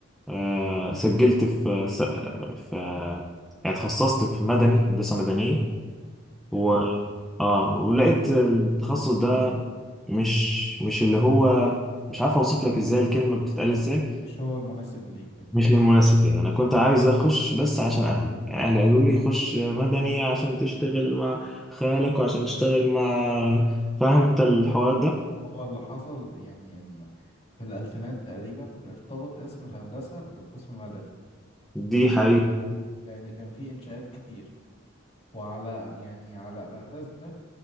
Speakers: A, in the centre; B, on the left (about 30°).
A: آه، سجلت في س- في يعني اتخصصت في مدني هندسة مدنية
B: جميل
A: و اه ولقيت التخصص ده مش مش اللي هو مش عارف اوصف لك ازاي الكلمة بتتقال ازاي
B: مش هو المناسب ليك
A: مش المناسب لي انا كنت عايز اخش بس عشان اهلي يعني اهلي قالوا لي خش مدني عشان تشتغل مع خالك وعشان تشتغل مع فاهم انت الحوار ده
B: هو اللي حصل يعني ان في الالفينات تقريبا ارتبط اسم الهندسه بقسم مدني
A: دي حقيقة
B: لان كان في لان كان في انشاءات كتير وعلى يعني على الاساس ده